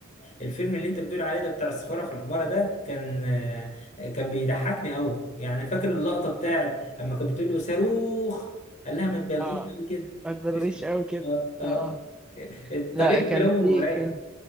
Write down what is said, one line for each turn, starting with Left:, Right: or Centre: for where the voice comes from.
Left: الفيلم اللي انت بتقول عليه ده بتاع السفارة في الحمارة ده كان آه، كان بيضحكني قوي يعني فاكر اللقطة بتاعت اما كانت بتقول له صاروخ قال لها ما تبالغيش
Centre: اه
Left: قوي كده
Centre: ما تبرريش
Left: <laughs>
Centre: قوي كده
Left: اه اه
Centre: اه لا
Left: طريقة
Centre: كان
Left: كلامه
Centre: في
Left: رايق
Centre: كان